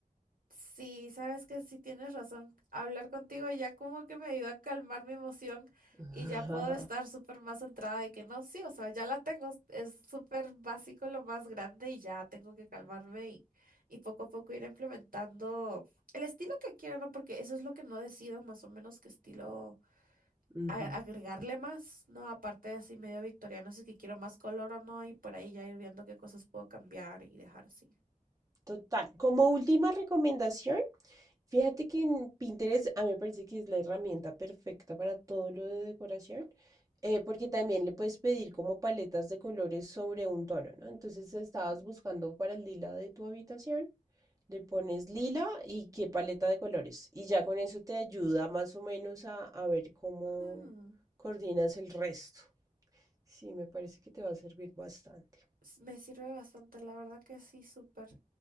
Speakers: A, on the right (about 80°); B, on the right (about 25°).
A: Sí, sabes que sí tienes razón. Hablar contigo ya como que me ayuda a calmar mi emoción
B: <laughs>
A: y ya puedo estar súper más centrada de que no, sí, o sea, ya la tengo. Es súper básico lo más grande y ya tengo que calmarme y, y poco a poco ir implementando el estilo que quiera, ¿no? Porque eso es lo que no decido más o menos qué estilo
B: Ujú.
A: a- agregarle más, ¿no? Aparte de así medio victoriano, si es que quiero más color o no y por ahí ya ir viendo qué cosas puedo cambiar y dejar así.
B: Total. Como última recomendación, fíjate que en Pinterest a mí me parece que es la herramienta perfecta para todo lo de decoración, eh, porque también le puedes pedir como paletas de colores sobre un tono, ¿no? Entonces estabas
A: Ujú.
B: buscando para el lila de tu habitación, le pones lila y qué paleta de colores. Y ya con eso te ayuda más o menos a, a ver cómo
A: Ujú.
B: coordinas el resto. Sí, me parece que te va a servir bastante.
A: s- Me sirve bastante, la verdad que sí, súper.